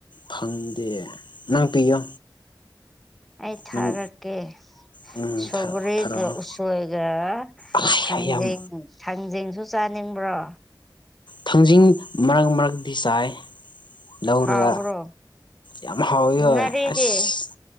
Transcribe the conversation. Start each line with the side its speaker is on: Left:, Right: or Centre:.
Left: ꯐꯪꯗꯦ ꯅꯪ ꯄꯤꯌꯣ꯫
Centre: ꯑꯩ ꯊꯥꯔꯛꯀꯦ꯫
Left: ꯅꯪ ꯎꯝ
Centre: ꯁꯧꯒꯔꯤꯒ
Left: ꯊꯥꯔꯛꯑꯣ ꯊꯥꯔꯛꯑꯣ
Centre: ꯎꯁꯣꯏꯒ
Left: ꯑꯩ
Centre: ꯊꯥꯡꯖꯦꯡ
Left: ꯌꯥꯝ
Centre: ꯊꯥꯡꯖꯤꯡꯁꯨ ꯆꯥꯅꯤꯡꯕ꯭ꯔꯣ꯫
Left: ꯊꯥꯡꯖꯤꯡ ꯃꯔꯛ ꯃꯔꯛꯗꯤ ꯆꯥꯏ꯫ ꯂꯧꯔꯒ
Centre: ꯍꯥꯎꯕ꯭ꯔꯣ꯫
Left: ꯌꯥꯝ ꯍꯥꯎꯋꯤ ꯍꯣꯏ
Centre: ꯉꯥꯔꯤꯗꯤ
Left: ꯑꯁ